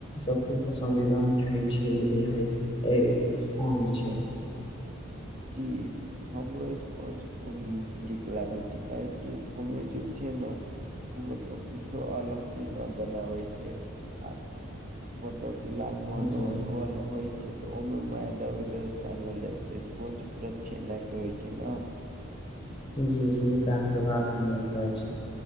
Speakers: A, on the left (about 25°); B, on the right (about 35°).
A: सबसे पसन्दीदा मिठाइ छिय इहे ऐ स्पॉन्ज छैय।
B: जी। हमरो स्पंज खूब नीक लागे छै काहेकि ओमे जे छै नऽ उ मतलब कुछो अलग चीज नऽ बनाबै छै आ मतलब कि लाल मोहनो
A: जी
B: अल होए छै। त ओमे मेयदा-उएदा सानल जाय छैय। स्पंज पूरा छेना के होए छै नऽ।
A: जी जी ई तऽ अहाँके बात नीक लागे छै।